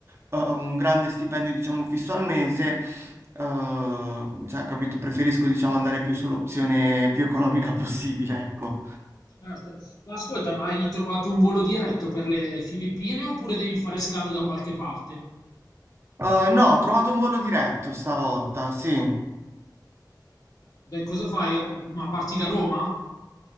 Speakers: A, on the right (about 35°); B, on the left (about 55°).
A: eh, un grande stipendio, diciamo, fisso al mese, eh, cioè, capito, preferisco, diciamo, andare più sull'opzione più economica possibile, ecco.
B: Certo. Ma ascolta, ma hai trovato un volo diretto per le Filippine oppure devi fare scalo da qualche parte?
A: Eh, no, ho trovato un volo diretto stavolta, sì.
B: Da- cosa fai? Ma parti da Roma?